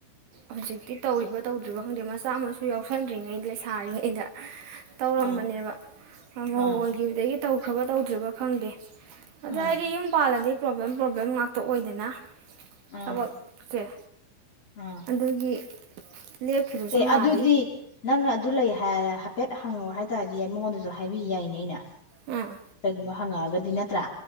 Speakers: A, on the right (about 70°); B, on the left (about 40°).
A: ꯍꯧꯖꯤꯛꯇꯤ ꯇꯧꯔꯤꯕ ꯇꯧꯗ꯭ꯔꯤꯕ ꯈꯪꯗꯦ ꯃꯆꯥ ꯃꯨ ꯌꯥꯎꯁꯟꯗ꯭ꯔꯤꯉꯩ ꯂꯩꯁꯥꯔꯤꯉꯩꯗ ꯇꯧꯔꯝꯕꯅꯦꯕ
B: ꯑꯥ
A: ꯑꯃ
B: ꯑꯥ
A: ꯑꯣꯏꯈꯤꯕꯗꯒꯤ ꯇꯧꯈ꯭ꯔꯕ ꯇꯧꯗ꯭ꯔꯤꯕ ꯐꯪꯗꯦ ꯑꯗꯣ
B: ꯑꯥ
A: ꯍꯥꯏꯗꯤ ꯌꯨꯝ ꯄꯥꯂꯗꯤ ꯄ꯭ꯔꯣꯕ꯭ꯂꯦꯝ ꯄ꯭ꯔꯣꯕ꯭ꯂꯦꯝ ꯉꯥꯛꯇ ꯑꯣꯏꯗꯅ
B: ꯑꯥ
A: ꯊꯕꯛ ꯀꯦ
B: ꯑꯥ
A: ꯑꯗꯨꯒꯤ ꯂꯦꯞꯈꯤꯕꯁꯨ
B: ꯑꯦ
A: ꯃꯥꯜꯂꯤ
B: ꯑꯗꯨꯗꯤ ꯅꯪꯅ ꯑꯗꯨ ꯂꯩꯌꯦ ꯍꯥꯏꯐꯦꯠ ꯍꯪꯉꯨ ꯍꯥꯏꯇꯥꯔꯗꯤ ꯃꯉꯣꯟꯗꯁꯨ ꯍꯥꯏꯕꯤ ꯌꯥꯏꯅꯦ ꯑꯩꯅ
A: ꯑꯥ
B: ꯀꯩꯒꯨꯝꯕ ꯍꯪꯉꯛꯑꯒꯗꯤ ꯅꯠꯇ꯭ꯔꯥ